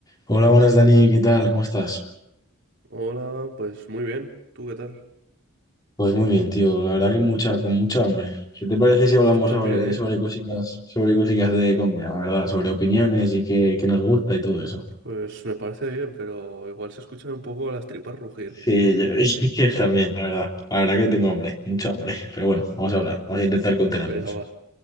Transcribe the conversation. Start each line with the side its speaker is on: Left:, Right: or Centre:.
Left: Hola, buenas Dani, ¿qué tal? ¿Cómo estás?
Right: Hola, pues muy bien. ¿Tú qué tal?
Left: Pues muy bien, tío. La verdad que mucha, con mucha hambre. ¿Qué te parece si
Right: Uf,
Left: hablamos
Right: yo también,
Left: sobre,
Right: ¿eh?
Left: sobre cositas, sobre cositas de comida, la verdad? Sobre opiniones y qué, qué nos gusta y todo eso.
Right: Pues me parece bien, pero igual se escuchan un poco las tripas rugir.
Left: Sí, yo, <laughs> yo también, la verdad. La verdad que tengo hambre, mucha hambre. Pero bueno, vamos a hablar, vamos a intentar contenernos.
Right: Venga, va,